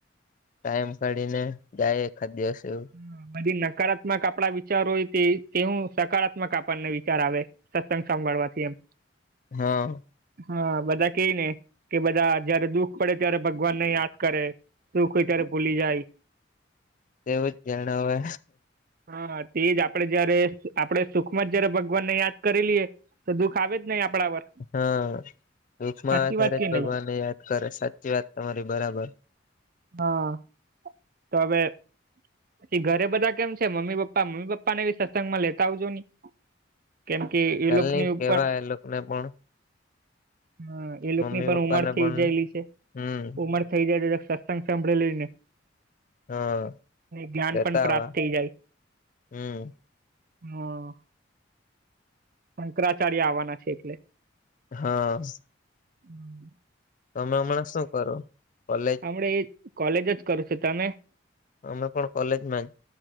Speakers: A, on the left; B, on the right.
A: ટાઈમ કાઢીને જાયે એખાદ દિવસે
B: હા પછી નકારાત્મક આપડા વિચાર હોય તે હું સકારાત્મક આપણને વિચાર આવે. સત્સંગ સાંભળવાથી એમ.
A: હા
B: હા બધા કેય ને કે બધા જયારે દુઃખ પડે ત્યારે ભગવાનને યાદ કરે. સુખ હોય ત્યારે ભૂલી જાય.
A: તેવું જ જણાવે.
B: હા તે જ આપડે જયારે આપડે સુખમાં જયારે ભગવાનને યાદ કરી લઈએ તો દુઃખ આવે જ નય આપડા પર.
A: હા દુઃખ ના
B: સાચી
A: આધારે
B: વાત કે
A: જ ભગવાનને
B: નહી
A: યાદ કરે સાચી વાત તમારી બરાબર.
B: હા તમે થી ઘરે બધા કેમ છે મમ્મી, પપ્પા. મમ્મી, પપ્પા ને ભી સત્સંગમાં લેતા આવજો ની. કેમ કે એ
A: ચાલ
B: લોકોની
A: ની
B: ઉંપણ
A: કેવા એ લોકોને પણ
B: હા એ લોકની
A: મમ્મી
B: પણ
A: પપ્પાને
B: ઉંમર થઇ
A: પણ
B: જાયેલી છે
A: હમ
B: ઉંમર થઈ જાય એટલે <unintelligible> કાઈ સાંભળી લયને <unintelligible>
A: હા
B: જ્ઞાન
A: લેતા
B: પણ પ્રાપ્ત
A: આવા
B: થઈ જાય.
A: હમ
B: હમ શંકરાચાર્ય આવવાના છે એટલે
A: હા <unintelligible>
B: <unintelligible>
A: તમેં હમણાં શુંકરો કોલેજ
B: હમડે એજ કોલેજ જ કરું છે તમે
A: અમે પણ કોલેજ માં